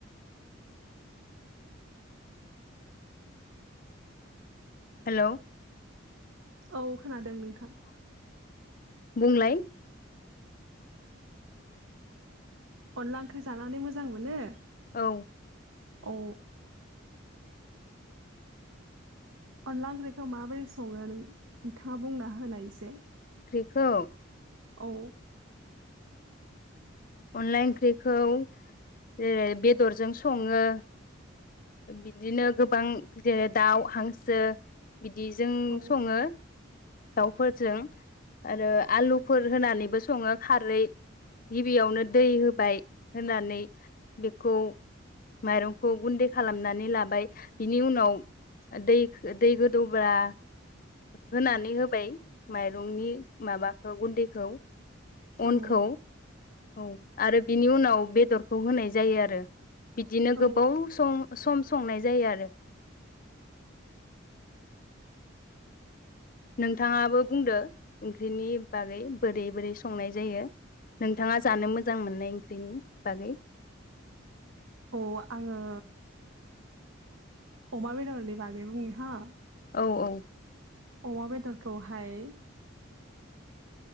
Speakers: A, on the left; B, on the right.
A: हेलौ
B: औ खोनादों नोंथां
A: बुंलाय
B: अनला ओंख्रि जानानै मोजां मोनो।
A: औ
B: औ अनला ओंख्रिखो माबोरै सङो नों-नोंथाङा बुंनो हाग होनायसे
A: खौऔ
B: औ
A: अनला ओंख्रिखौ जेरै बेदरजों सङो बिदिनो गोबां जेरै दाउ हांसो बिदिजों
B: औ
A: सङो दावफोरजों आरो आलुफोर होनानैबो सङो खारै गिबियावनो दै होबाय होनानै बेखौ माइरंखौ गुन्दै खालामनानै लाबाय बिनि उनाव दै दै गोदौब्ला होनानै होबाय माइरंनि माबाखौ गुन्दैखौ अनखौ
B: औ
A: औ आरो बिनि उनाव बेदरखौ होनाय जायो आरो बिदिनो
B: औ
A: गोबाव सम सम संनाय जायो आरो नोंथाङाबो बुंदो ओंख्रिनि बागै बोरै बोरै संनाय जायो नोंथाङा जानो मोजां मोननाय ओंख्रिनि बागै
B: औ आङो अमा बेदरनि बागै बुंनि हा
A: औ औ
B: अमा बेदरखौहाय